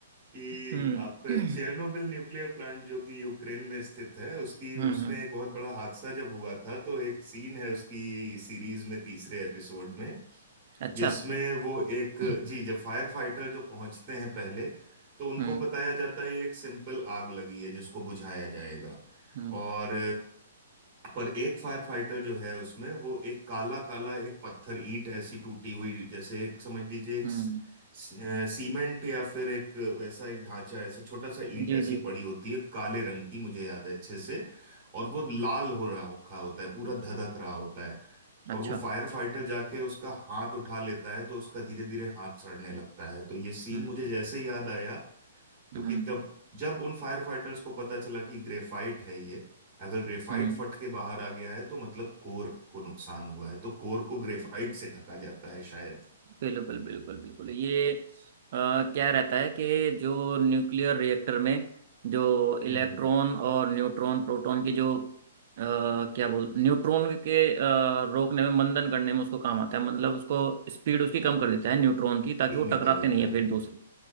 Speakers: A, on the right; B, on the right.
A: कि
B: हम्म
A: आप
B: <clears throat> हम्म
A: चेर्नोबिल न्यूक्लियर प्लांट जो कि यूक्रेन में स्थित है उसकी
B: हम्म,
A: उसमें एक बहुत बड़ा हादसा जब हुआ था तो एक सीन है उसकी सीरीज में तीसरे एपिसोड में
B: अच्छा
A: जिसमें वो एक
B: <clears throat>
A: जी जब फायर फाइटर जो पहुंचते हैं पहले तो उनको
B: हम्म
A: बताया जाता है ये एक सिंपल आग लगी है जिसको बुझाया जाएगा
B: हम्म
A: और पर एक फायर फाइटर जो है उसमें वो एक काला काला एक पत्थर ईंट ऐसी टूटी हुई जैसे एक समझ लीजिए एक
B: हम्म
A: स- अ, सीमेंट या फिर एक वैसा एक ढांचा ऐसा छोटा सा ईंट
B: जी
A: ऐसी
B: जी
A: पड़ी होती है काले रंग की मुझे याद है अच्छे से और वो लाल हो रहा रखा होता है पूरा धधक रहा होता है
B: अच्छा
A: और वो फायर फाइटर जाके उसका हाथ उठा लेता है तो उसका धीरे धीरे हाथ सड़ने लगता है तो ये सीन
B: हम्म
A: मुझे जैसे ही याद आया क्योंकि
B: हम्म
A: तब जब उन फायर फाइटर्स को पता चला कि ग्रेफाइट है ये अगर ग्रेफाइट
B: हम्म,
A: फट के बाहर आ गया है तो मतलब कोर को नुकसान हुआ है तो कोर को ग्रेफाइट से ढका जाता है शायद
B: बिल्कुल बिल्कुल बिल्कुल ये अ, क्या रहता है कि जो न्यूक्लियर रिएक्टर में जो इलेक्ट्रॉन
A: हम्म हम्म
B: और न्यूट्रॉन प्रोटॉन की जो अ, क्या बोल न्यूट्रॉन के अ, रोकने में मंदन करने में उसको काम आता है मतलब उसको स्पीड उसकी कम कर देता है न्यूट्रॉन की ताकि
A: फ्री
B: वो
A: में
B: टकराते
A: कर देता
B: नहीं है फिर
A: है
B: दूसरे